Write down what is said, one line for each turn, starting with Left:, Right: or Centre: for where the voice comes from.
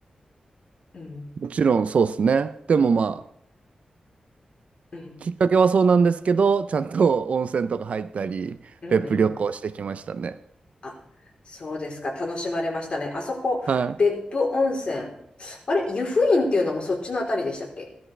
Left: うん。
Right: もちろんそうですね。でもまあ、
Left: うん。
Right: きっかけはそうなんですけど、ちゃんと温泉とか入ったり、
Left: うんうん。
Right: 別府旅行してきましたね。
Left: あ、そうですか。楽しまれましたね。あそこ、
Right: はい。
Left: 別府温泉。あれ、湯布院っていうのもそっちのあたりでしたっけ